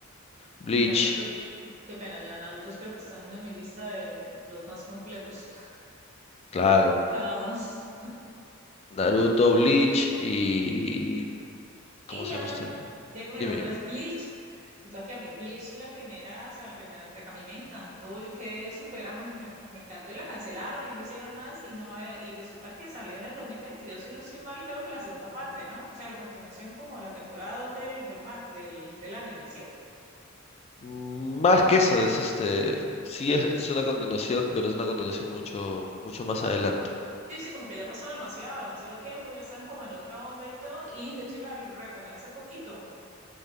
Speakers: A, on the left; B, on the right.
A: Bleach,
B: Naruto, qué pena, ya Naruto creo que están en mi lista de los más completos. <laughs>
A: claro.
B: Lo vamos.
A: Naruto, Bleach y... ¿Cómo
B: Y
A: se
B: hablan,
A: llama este? otro?
B: ya que mi
A: Dime,
B: nombre
A: dime.
B: es Bleach, o sea que a mí Bleach la primera, o sea, la primera entrega a mí me encantó, yo quedé súper, ay, me, me encantó y la cancelaron y no hicieron más y no me había- y resulta que salió en el 2022 si no estoy mal, creo que la segunda parte, ¿no? O sea, la continuación como de la temporada 2 del, del, ma- del, del anime, ¿sí?
A: Mm, Más que eso, es este... Sí, es, es una continuación, pero es una continuación mucho, mucho más adelante.
B: Sí, sí, como que ya pasó demasiado, demasiado tiempo, ya están como en otra onda y todo, y de hecho la retomé hace poquito,